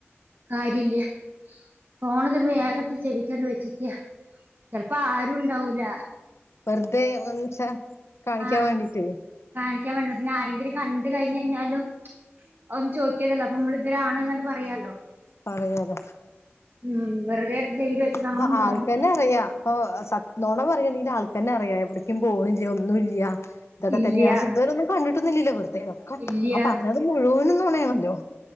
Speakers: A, on the right (about 45°); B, on the left (about 75°).
A: കാര്യല്ല ഫോൺ വേഗം ഏകടുത്ത് ചെവിക്ക വെച്ചക്ക ചെൽപ്പോ ആരും ഇണ്ടാവൂല
B: വെറുതെ ഒന്ന് ച്ച കാണിക്കാൻ
A: ആ
B: വേണ്ടീട്ടേ
A: കാണിക്കാൻ വേണ്ടി പിന്നെ ആരെങ്കിലും കണ്ട് കഴിഞ്ഞ് കഴിഞ്ഞാലും ഒന്നും ചോദിക്കലില്ല അപ്പൊ നമ്മള ഇതരാണ് എന്നട്ട് പറയാലോ
B: പറയാല്ലോ
A: ഉം വെറുതെ ചെവിൽ വെച്ചതാണോന്നും
B: അപ്പൊ
A: പറയാൻ
B: ആൾക്കന്നെ
A: പറ്റില്ല
B: അറിയാ അപ്പൊ സ നൊണ പറയണെങ്കിൽ ആൾക്കന്നെ അറിയാം എവിടേക്കും പോണില്ല ഒന്നും ഇല്ല ഇതൊക്കെ
A: ഇല്ല്യ
B: തന്നെ പക്ഷെ ഇതുവരെ ഒന്നും കണ്ടിട്ടില്ലല്ലോ വെറുതെ തക്കെ
A: ഇല്ല്യ
B: ആ പറ ഞ്ഞത് മുഴുവനും നൊണയാണല്ലോ